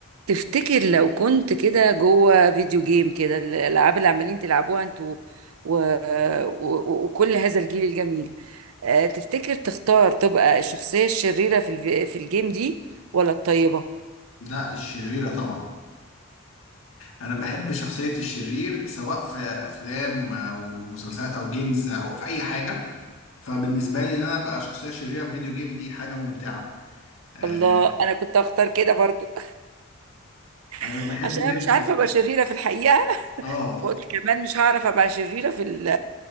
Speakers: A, on the right; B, on the left.
A: تفتكر لو كنت كده جوه فيديو جيم كده الألعاب اللي عمالين تلعبوها انتوا و... و... وكل هذا الجيل الجميل آه، تفتكر تختار تبقى الشخصية الشريرة في الف... في الجيم دي ولا الطيبة؟
B: لا الشريرة طبعا أنا بحب شخصية الشرير سواء في أفلام أو مسلسلات أو جيمز أو في أي حاجة فبالنسبة لي إن أنا أبقى شخصية شريرة في فيديو جيم دي حاجة ممتعة آه،
A: الله أنا كنت أختار كده برضو
B: أنا
A: <laughs>
B: بحب
A: عشان
B: جدا
A: أنا مش عارفة أبقى شريرة في الحقيقة
B: آه
A: فقلت كمان مش هعرف أبقى شريرة في ال...